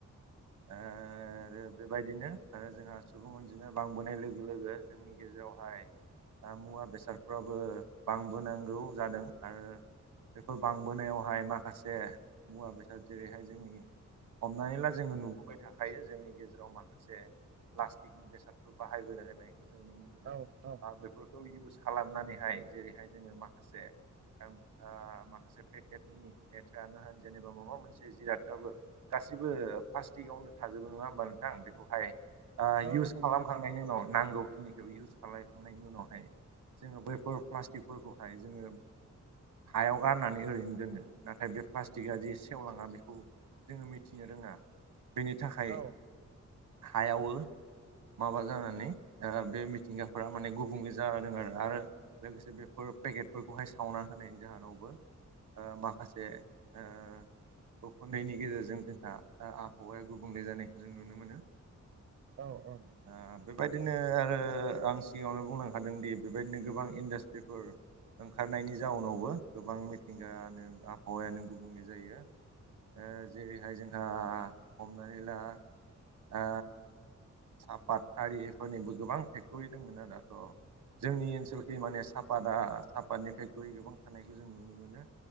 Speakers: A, on the right; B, on the right.
A: ओ रो बेबायदिनो आरो जोंहा सुबुं अनजिमाया बांबोनाय लोगो लोगो जों जोंनि गेजेरावहाय ओ मुवा बेसादफ्राबो बांबोनांगौ जादों आरो बेफोर बांबोनायावहाय माखासे मुवा बेसाद जेरैहाय जोंनि हमनानै ला जोङो नुबोबाय थाखायो जोंनि गेजेराव माखासे प्लास्टिकनि बेसादफोर बाहाय <unintelligible> नायखौ जों नुनो
B: औ औ
A: ओ बेफोरखौ इउस खालामनानैहाय जेरैहाय जोङो माखासे <unintelligible> ओ माखासे पेकेटनि मेथायानो होन जेनेबा माबा मोनसे जिरादाबो गासिबो प्लास्टिकआवनो थाजोबो नङा होमबा नोंथां बेखौहाय ओ
B: औ
A: इउस
B: नंगौ
A: खालामखांनायनि
B: नोंथां
A: उनाव नांगौखिनिखौ इउस खालाय थांनायनि उनावहाय जोङो बैफोर प्लास्टिकफोरखौहाय जोङो हायाव गारनानै ओरैनो दोनो नाथाय बे प्लास्टिकआ जि सेवलाङा बेखौ जोङो मिथिनो रोङा बेनि थाखाय
B: औ
A: हायावो माबा जानानै ओ बे मिथिंगा फोरा माने गुबुंले जादों आरो आरो लोगोसे बेफोर पेकेटफोरखौहाय सावना होनायनि जाहोनावबो ओ माखासे ओ उखुन्दैनि गेजेरजों जोंहा ओ आबहावाया गुबुंले जानायखौ जों नुनो मोनो
B: औ ओं
A: ओ बेबायदिनो ओ आं सिगाङावनो बुंलांखादों दि बेबायदिनो गोबां इन्डास्ट्रिफोर ओंखारनायनि जाउनावबो गोबां मिथिंगायानो आबहावायानो गुबुंले जायो ओ जेरैहाय जोंहा हमनानै ला ओ सापात आरिफोरनिबो गोबां फेक्टरि दोंमोन <unintelligible> दाथ' जोंनि ओनोसलखि
B: औ
A: माने साफ पादा सापादनिफ्राय गु <unintelligible> गोबां थानायखौ जों नुनो मोनो